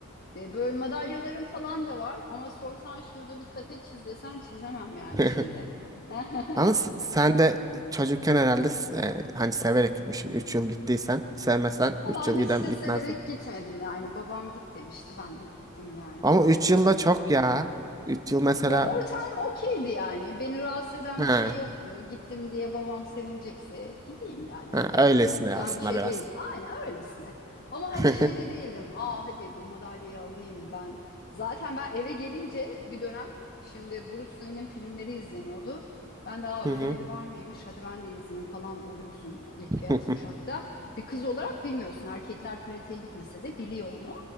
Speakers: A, on the left (about 45°); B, on the right (about 15°).
A: Ve böyle madalyalarım falan da var. Ama sorsan şurada bir kate çiz desen çizemem yani
B: <laughs>
A: şimdi. <laughs>
B: Ama s- sen de çocukken herhalde s- e, hani severek gitmişsin. 3 yıl gittiysen, sevmesen
A: Allah
B: 3 yıl
A: hiç
B: gidem
A: de
B: gitmezsin.
A: severek gitmedim yani. Babam git demişti ben de gittim yani.
B: Ama
A: Çok
B: 3
A: da yapacak
B: yıl da
A: bir
B: çok
A: şey yoktu.
B: ya. 3 yıl mesela
A: Ya ortam okeydi yani. Beni rahatsız eden
B: ha,
A: bir şey yoktu. Gittim diye babam sevinecekse gideyim yani.
B: ha,
A: Hani beni
B: öylesine
A: çok üzen
B: aslında
A: bir şey
B: biraz.
A: değildi. Aynen öylesine. Ama
B: <laughs>
A: hani şey de değildim. Aa hadi bu madalyayı alayım ben. Zaten ben eve gelince bir dönem şimdi Bruce Lee'nin filmleri izleniyordu. Ben daha
B: Hı hı.
A: öyle biri var mıymış? Hadi ben de izleyeyim falan oluyorsun ilk
B: <laughs>
A: beyaz
B: Hı
A: kuşakta.
B: hı.
A: Bir kız olarak bilmiyorsun. Erkekler karateye gitmese de biliyor onu.